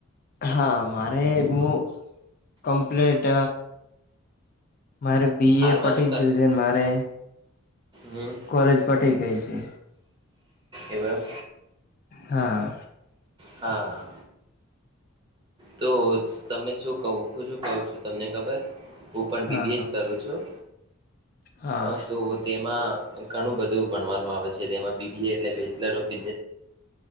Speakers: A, on the left; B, on the right.
A: હા મારે હું કમ્પ્લીટ મારે બી
B: હાલમાં
A: એ પટી
B: શું કર
A: ગયું છે મારે
B: હમ
A: કોલેજ પટી ગઈ છે,
B: એવું એમ
A: હા.
B: હા. તો તમે શું કવ હુંજું કવું છું તમને ખબર. હું પણ બી
A: હા
B: બી એ
A: હા
B: જ કરું છું.
A: હા
B: અ તો તેમાં ઘણું બધું ભણવાનું આવે છે તેમાં બી બીટલે બેચલર ઓફ બ